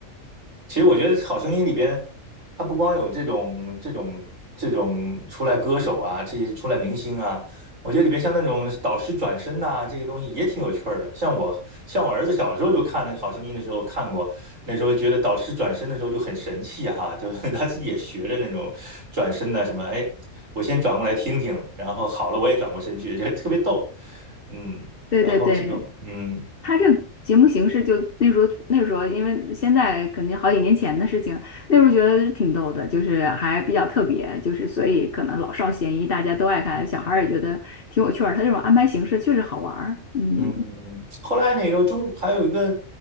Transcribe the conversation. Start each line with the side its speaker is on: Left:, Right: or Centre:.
Right: 其实我觉得《好声音》里边，它不光有这种这种这种出来歌手啊，这些出来明星啊，我觉得里边像那种导师转身呐、这个东西也挺有趣儿的。像我像我儿子小时候就看那个《好声音》的时候看过，那时候觉得导师转身的时候就很神气哈、就 <laughs> 他自己也学着那种转身呐、什么，哎，我先转过来听听，然后好了我也转过身去，觉得特别逗，嗯，
Left: 对对对。
Right: 然后这种嗯。
Left: 他这个节目形式就那时候那时候，因为现在肯定好几年前的事情，那时候觉得挺逗的，就是还比较特别，就是所以可能老少咸宜，大家都爱看，小孩儿也觉得挺有趣儿。他这种安排形式确实好玩儿，嗯。
Right: 嗯，后来那个中还有一个，